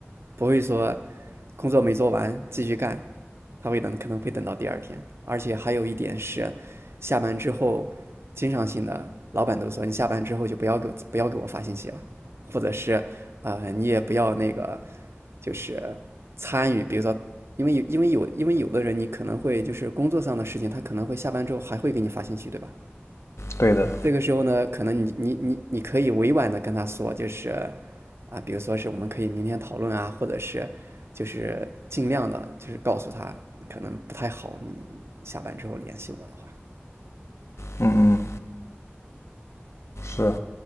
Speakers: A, on the right; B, on the left.
A: 不会说工作没做完继续干，他会等，可能会等到第二天。而且还有一点是，下班之后，经常性的老板都说你下班之后就不要给不要给我发信息了，或者是呃你也不要那个就是参与，比如说。因为有，因为有，因为有的人你可能会就是工作上的事情，他可能会下班之后还会给你发信息，对吧？
B: 对的，
A: 这个时候呢，可能你你你你可以委婉的跟他说，就是啊，比如说是我们可以明天讨论啊，或者是就是尽量的，就是告诉他可能不太好，你下班之后联系我的话。
B: 嗯嗯，是。